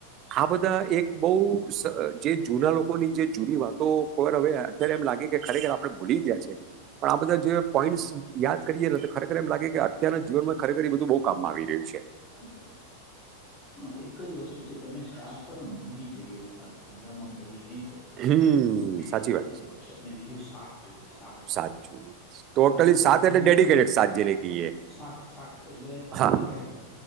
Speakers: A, on the right; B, on the left.
A: આ બધા એક બહ જે જૂના લોકો લોકો ની જે જૂની વાતો કોર હવે. અત્યારે એમ લાગે કે ખરેખર આપણે ભૂલી ગયા છે પણ આ બધા જે પોઈન્ટ યાદ કરીએ તો ખરેખર એમ લાગે કે અત્યના જીનમાં ખરેખર બધું બહ કામમાં આવી રહ્યું છે.
B: શાંત પણ એક જ વસ્તુ છે તમે સ્ટાર પર મોૂડી જોઈએ તમારે ધંધામાં મોડી નહી હોય.
A: હમ
B: તો તમે નહી
A: સાચી
B: ચાલી
A: વાત
B: શકો સાહેબ ને બીજું શાખ જોઈએ શાખ તમારી
A: સાચું ટોટલી
B: શાક પર
A: સાત
B: તમને
A: એટલે ડેડિકેટેડ સાત જેને કહીએ
B: શાખ શાખ એટલે તમારી
A: હા
B: કેરેક્ટર